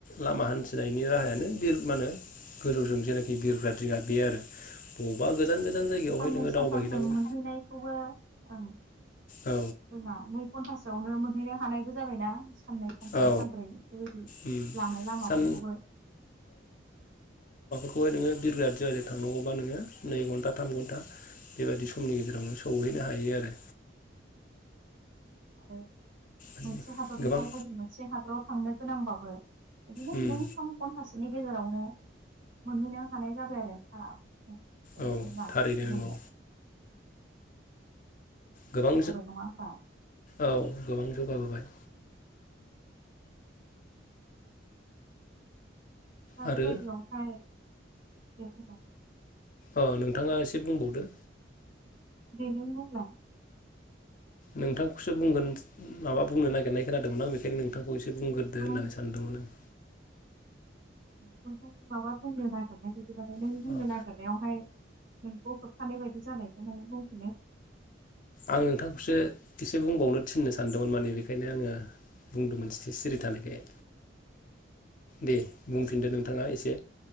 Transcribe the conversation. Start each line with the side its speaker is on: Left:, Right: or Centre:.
Left: लामा हान्थिनायनि राहायानो बिर मा होनो गोजौजों जेना बिरग्रा दिङा बे आरो बबावबा गोजान गोजान जायगायावहाय
Right: साननै सानथामजों
Left: दावबायहैनांगौ
Right: मोनहैनायखौबो औ
Left: औ
Right: जा <unintelligible> घन्टासेआवनो मोनहैनो हानायबो जाबायना साननै सानथाम
Left: औ
Right: सानब्रै बेबायदि
Left: उम
Right: लानाय लामाफोरखौबो
Left: सान बेखौहाय नोङो बिरगाआलि थांनांगौबा नोङो नै घन्टा थाम घन्टा बेबायदि समनि गेजेराव सौहैनो हायो आरो
Right: औ
Left: माने
Right: मोनसे हादरनिफ्राय
Left: गोबां
Right: गुबन मोनसे हादराव थांनो गोनांबाबो इदिनो
Left: उम
Right: नै थाम घन्टासो बिनि गेजेरावनो मोनहैनो हानाय जाबाय आरो सारा बिदिनो
Left: औ थारैनो नंगौ
Right: <unintelligible>
Left: गोबां
Right: नङा होमबा
Left: औ गोबां जौगाबोबाय
Right: दा
Left: आरो
Right: बेबायदियावहाय बेखौ
Left: अ नोंथाङा एसे बुंबावदो
Right: दि नों बुंला
Left: नोंथांखौसो बुंगोन माबा बुंनो नागिरनाय खोनादोंमोन आं बेखायनो नोंथांखौ एसे एसे बुंग्रोदो
Right: आं
Left: होननानै सानदोंमोन आं
Right: बेहाय माबा बुंनो नागिरनाय बायदिबाने नों
Left: आं
Right: बुंनो नागिरनायावहाय नोंखौ होबथानाय बायदि जानायखाय माने नों बुं
Left: आं नोंथांखौसो एसे बुंबावनो थिननो सानदोंमोन माने बेखायनो आङो बुंदोंमोन ए सिरि थानायखाय दे बुंफिनदो नोंथाङा
Right: आं
Left: एसे